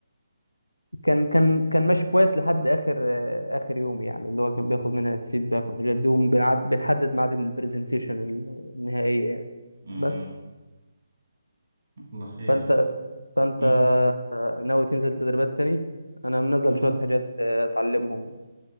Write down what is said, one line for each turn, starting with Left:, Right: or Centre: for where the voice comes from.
Left: كان كان كان ماشي كويس لحد اخر آه، اخر يوم يعني اللي هو كان بياخد مننا الفيدباك والحاجات دي وبنعد- بنحدد ميعاد البرزنتيشن النهائية يعني
Right: مم.
Left: بس
Right: الله خير
Left: فانت فانت
Right: مم.
Left: آه، ناوي تنزل تدريبات تاني انا منزل
Right: مم.
Left: شوية حاجات آه، اتعلمهم